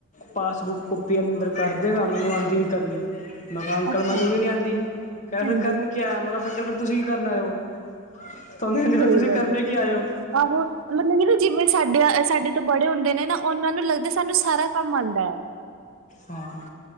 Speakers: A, on the left (about 35°); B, on the right (about 65°).
A: ਪਾਸਬੁੱਕ ਕੋਪੀ ਅੰਦਰ ਕਰਦੇਗਾ। ਮੈਨੂੰ ਆਂਦੀ ਨੀ ਕਰਨੀ। ਮੈਂ ਕਾ ਅੰਕਲ
B: ਅੱਛਾ
A: ਮੈਨੂੰ ਵੀ ਨੀ ਆਂਦੀ, ਕੈਹ
B: ਹਾਂਜੀ
A: ਫੇਰ ਕਰਨ ਕੀ ਆਯਾ ਮੈਂ ਕਾ ਫੇਰ ਅੰਕਲ ਫੇਰ ਤੁਸੀ ਕੀ ਕਰਨ ਆਏ ਓ। <unintelligible>
B: ਸਹੀ
A: ਤੁਸੀ
B: ਗੱਲ
A: ਕਰਨ
B: ਹੈ
A: ਕੀ ਆਏ ਓ।
B: ਆਹੋ ਮਤਲਬ ਕੀ ਨਾ ਜਿਵੇਂ ਸਾਡੇ ਆ, ਸਾਡੇ ਤੋ ਬੜੇ ਹੁੰਦੇ ਨੇ ਨਾ ਓਨਾਂ ਨੂੰ ਲੱਗਦਾ ਸਾਨੂੰ ਸਾਰਾ ਕੰਮ ਆਂਦਾ।
A: ਹਾਂ,